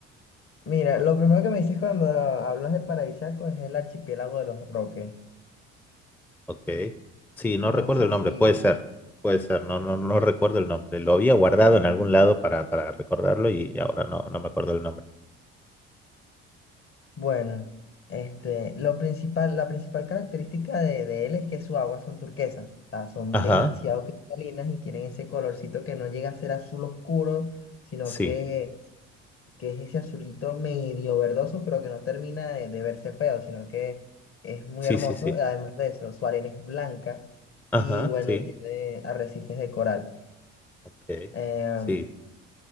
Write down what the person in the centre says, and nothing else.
Ok. Sí, no recuerdo
el nombre,
puede ser, puede ser, no, no, no recuerdo el nombre. Lo había guardado en algún lado para, para recordarlo y ahora no, no me acuerdo el nombre.
Ajá,
sí,
sí,
sí, sí.
Ajá,
sí,
ok,
sí,